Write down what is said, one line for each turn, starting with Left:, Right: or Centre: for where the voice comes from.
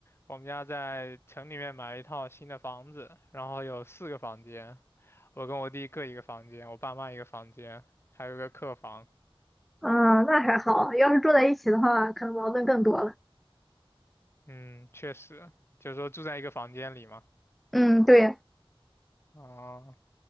Left: 我们家在城里面买了一套新的房子，然后有四个房间，我跟我弟各一个房间，我爸妈一个房间，还有一个客房。
Centre: 啊，那还好，要是住在一起的话，可能矛盾更多了。
Left: 嗯，确实，就是说住在一个房间里嘛。
Centre: 嗯，对
Left: 啊，